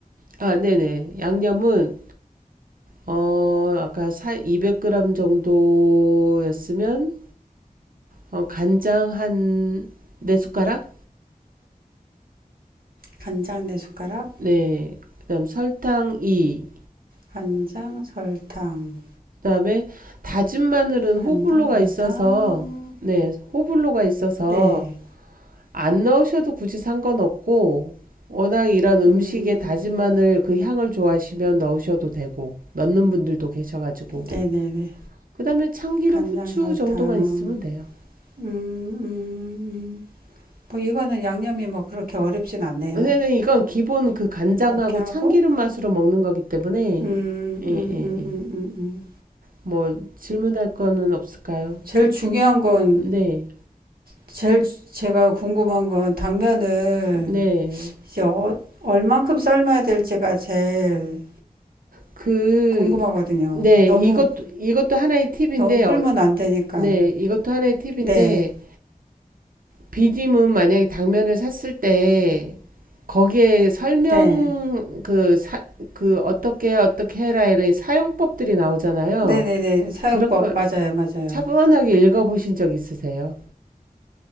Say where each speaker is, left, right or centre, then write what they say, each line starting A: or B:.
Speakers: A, on the right; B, on the right.
A: 아, 네네. 양념은, 어, 아까 사, 200g 정도였으면, 어, 간장 한, 네 숟가락?
B: 간장 네 숟가락,
A: 네. 그다음 설탕 2.
B: 간장 설탕,
A: 그다음에 다진 마늘은
B: 간장
A: 호불호가
B: 설탕.
A: 있어서, 네, 호불호가 있어서,
B: 네,
A: 안 넣으셔도 굳이 상관없고, 워낙 이런 음식에
B: 음,
A: 다진 마늘 그 향을 좋아하시면 넣으셔도 되고, 넣는 분들도 계셔가지고.
B: 네네네.
A: 그다음에 참기름,
B: 간장
A: 후추
B: 설탕.
A: 정도만 있으면 돼요.
B: 음, 음, 음. 뭐 이거는 양념이 뭐 그렇게 어렵진 않네요.
A: 요새는 이건 기본 그 간장하고
B: 이렇게 하고,
A: 참기름 맛으로 먹는 거기 때문에,
B: 음, 음,
A: 예, 예,
B: 음,
A: 예.
B: 음, 음, 음. 음.
A: 뭐, 질문할 거는 없을까요?
B: 제일 중요한 건,
A: 네,
B: 제일 제가 궁금한 건 당면을
A: 네.
B: 이제 어, 얼만큼 삶아야 될지가 제일
A: 그,
B: 궁금하거든요.
A: 네,
B: 너무,
A: 이것도, 이것도 하나의 팁인데,
B: 너무 불면
A: 어,
B: 안 되니까.
A: 네, 이것도 하나의 팁인데,
B: 네,
A: 비빔은 만약에 당면을 샀을 때, 거기에 설명,
B: 네.
A: 그, 사, 그, 어떻게, 어떻게 해라, 이런 사용법들이 나오잖아요.
B: 네 네 네. 사용법,
A: 그런 걸
B: 맞아요, 맞아요.
A: 차분하게 읽어보신 적 있으세요?